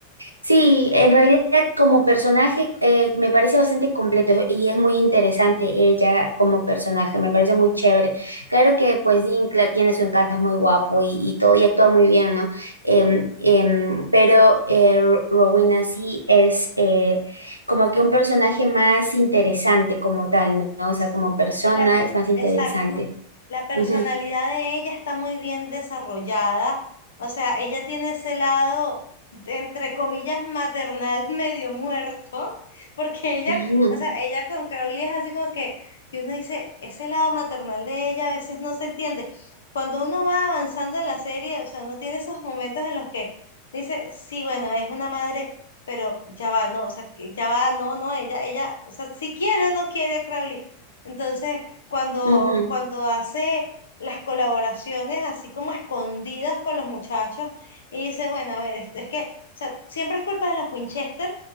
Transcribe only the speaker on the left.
Sí,
la,
exacto. La personalidad
de ella está muy bien desarrollada. O sea, ella tiene ese lado, de- entre comillas, maternal <laughs> medio muerto, porque ella,
o sea, ella con Crowley es así como que, que uno dice, ese lado maternal de ella a veces no se entiende. Cuando uno va avanzando en la serie, o sea, uno tiene esos momentos en los que dice, sí, bueno, es una madre. Pero ya va, no, o sea, que ya va, no, no, ella, ella, o sea, si quiere o no quiere a Crowley entonces, cuando,
cuando hace las colaboraciones así como escondidas con los muchachos y dice, bueno, a ver, esto es que, o sea, siempre es culpa de los Winchester